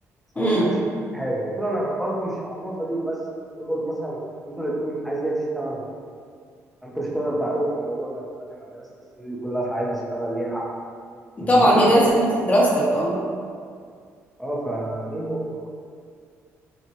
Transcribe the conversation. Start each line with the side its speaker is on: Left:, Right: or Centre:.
Centre: خلاص
Left: امم
Centre: محدش يعمل حاجه قلت له انا برضو مش على النقطه دي وبس قلت له برضو مثلا انتوا الاثنين عايز هي تشتغل انتوا مش هتقدر تعرضها في الموضوع ده هتقول لك انا درست السنين دي كلها فعايز اشتغل ليه حق فاهماني
Left: طبعا هي درست نفس دراستك اه
Centre: اه فدي النقطه برضه